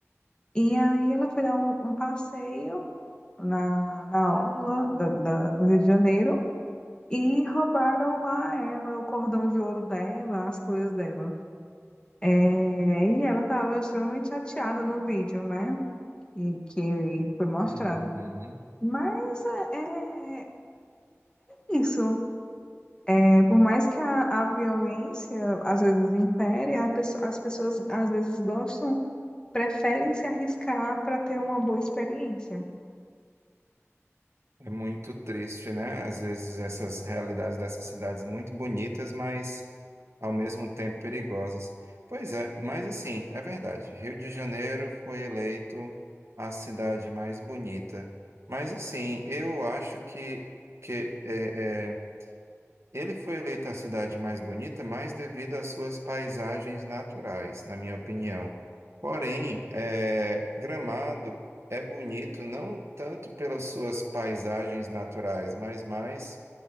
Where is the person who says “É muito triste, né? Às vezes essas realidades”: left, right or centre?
Right